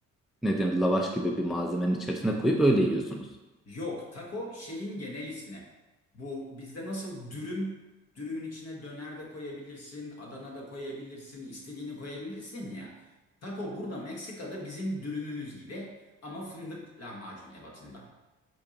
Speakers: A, in the centre; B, on the left.
A: ne denir lavaş gibi bir malzemenin içerisine koyup öyle yiyorsunuz.
B: Yok, taco şeyin genel ismi. Bu bizde nasıl dürüm, dürümün içine döner de koyabilirsin, Adana da koyabilirsin, istediğini koyabilirsin ya. Taco burada Meksika'da bizim dürümümüz gibi ama fındık lahmacun ebatında.